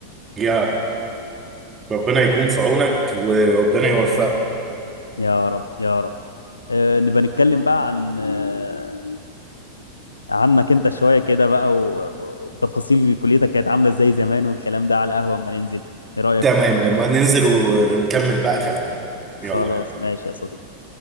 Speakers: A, on the right; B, on the left.
A: يا ربنا يكون في عونك وربنا يوفقك
B: يا رب يا رب آه نبقى نتكلم بقى عن آه عنك انت شوية كده بقى و... و- وتفاصيل كليتك كانت عاملة ازاي زمان والكلام ده على القهوة اما ننزل ايه رأيك
A: تمام لما ننزل ونكمل بقى كلامنا
B: خلاص
A: يلا
B: ماشي يا صديقي